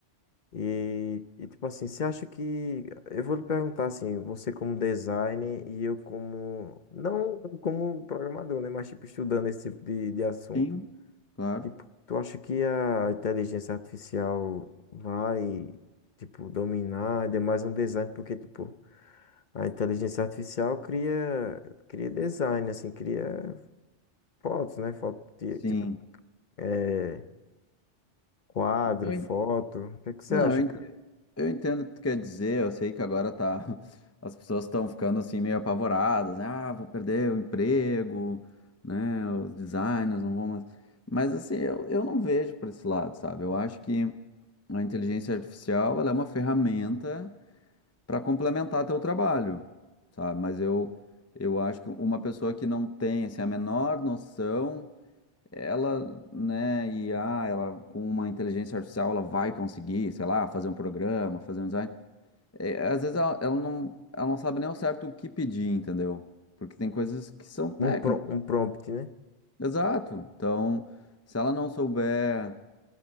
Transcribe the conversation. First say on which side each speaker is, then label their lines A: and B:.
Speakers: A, on the left; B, on the left.
A: E, e, tipo assim, você acha que. Eu vou lhe perguntar, assim, você como designer e eu como. Não como programador, né? Mas, tipo, estudando esse tipo de, de assunto.
B: sim, claro,
A: Tipo, tu acha que a inteligência artificial vai, tipo, dominar ainda mais um design? Porque, tipo. A inteligência artificial cria, cria design, assim, cria fotos, né? Foto, ti-
B: sim.
A: tipo, é, quadro,
B: Eu
A: foto.
B: en-
A: O que é que você
B: Não,
A: acha,
B: eu
A: cara?
B: Eu entendo o que tu quer dizer, eu sei que agora tá. <laughs> As pessoas estão ficando assim meio apavoradas, né? Ah, vou perder o emprego, né? Os designers não vão mais. Mas assim, eu, eu não vejo por esse lado, sabe? Eu acho que a inteligência artificial ela é uma ferramenta para complementar teu trabalho, sabe? Mas eu, eu acho que uma pessoa que não tem assim, a menor noção, ela, né, e ah, ela com uma inteligência artificial ela vai conseguir, sei lá, fazer um programa, fazer um design. É, às vezes ela, ela não, ela não sabe nem ao certo o que pedir, entendeu? Porque tem coisas que são técnicas.
A: Um, pro- um prompt, né?
B: Exato. Então, se ela não souber